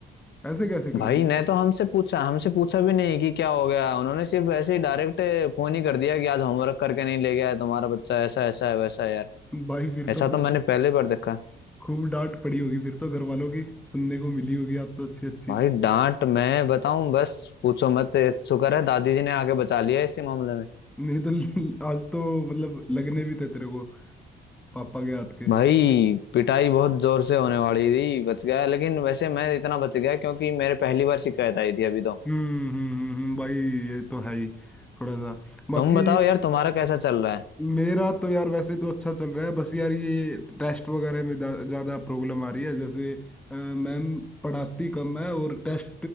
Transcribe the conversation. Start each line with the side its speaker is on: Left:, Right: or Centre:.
Centre: ऐसे कैसे
Left: भाई
Centre: कर दिया
Left: ने
Centre: यार?
Left: तो हमसे पूछा हमसे पूछा भी नहीं कि क्या हो गया उन्होंने सिर्फ ऐसे ही डायरेक्ट फोन ही कर दिया कि आज होमवर्क करके नहीं ले गया है तुम्हारा बच्चा ऐसा ऐसा है वैसा है यार
Centre: भाई फिर
Left: ऐसा
Centre: तो तेरे
Left: तो मैंने
Centre: को
Left: पहले बार देखा
Centre: खूब डांट पड़ी होगी फिर तो घर वालों की सुनने को मिली होगी आप तो अच्छी अच्छी
Left: भाई डांट मैं बताऊं बस पूछो मत शुक्र है दादी जी ने आके बचा लिया इसी मामले में
Centre: नहीं तो <laughs> ल- आज तो मतलब लगने भी थे तेरे को पापा के हाथ के
Left: भाई पिटाई बहुत जोर से होने वाली थी बच गया लेकिन वैसे मैं इतना बच गया क्योंकि मेरे पहली बार शिकायत आई थी अभी तो
Centre: हम्म हम्म हम्म हम्म, भाई ये तो है ही थोड़ा सा बाकी
Left: तुम बताओ यार तुम्हारा कैसा चल रहा है
Centre: मेरा तो यार वैसे तो अच्छा चल रहा है बस यार ये टेस्ट वगैरह में जा- ज्यादा प्रॉब्लम आ रही है जैसे अ, मैम पढ़ाती कम है और टेस्ट